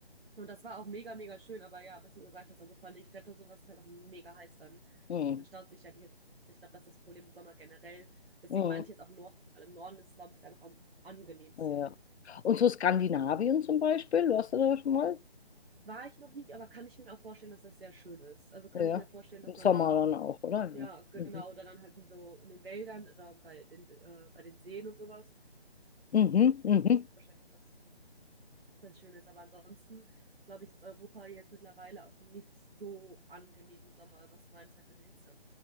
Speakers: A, on the right (about 60°); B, on the left (about 80°).
A: Und das war auch mega, mega schön, aber ja, was du gesagt hast, also vor allen Städte und sowas ist halt auch mega heiß dann.
B: Mhm.
A: Da staut sich ja die Hitze. Ich glaube, das ist das Problem im Sommer generell. Deswegen
B: Mhm.
A: meine ich jetzt auch Norden, weil im Norden ist es, glaube ich, da noch am angenehmsten.
B: Ja. ja. Und so Skandinavien zum Beispiel, warst du da schon mal?
A: War ich noch nicht, aber kann ich mir auch vorstellen, dass das sehr schön ist. Also kann
B: Ja.
A: ich mir vorstellen,
B: Im
A: dass
B: Sommer
A: man da auch,
B: dann auch, oder?
A: ja,
B: Ja.
A: genau,
B: Mhm.
A: oder dann halt in so in den Wäldern oder bei den, äh, bei den Seen und sowas,
B: Mhm. Mhm.
A: kann ich mir auch vorstellen, dass das, dass das schön ist. Aber ansonsten, glaube ich, ist Europa jetzt mittlerweile auch nicht so angenehm im Sommer. Also das meinst halt mit der Hitze,